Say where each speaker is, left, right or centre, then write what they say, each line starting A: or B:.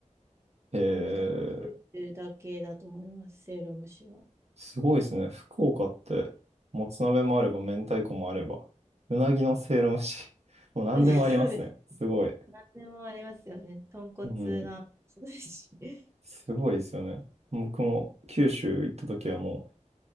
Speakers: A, on the right (about 55°); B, on the right (about 20°).
A: へえ。
B: なんで多分、作てるだけだと思います、せいろ蒸しは。
A: すごいですね。福岡って、もつ鍋もあれば、明太子もあれば、うなぎのせいろ蒸し、<laughs> もう何でもありますね。
B: <laughs> そうです
A: すごい。
B: 何でもありますよね。豚骨な、
A: うん。
B: そうですし。
A: すごいですよね。僕も九州行った時はもう、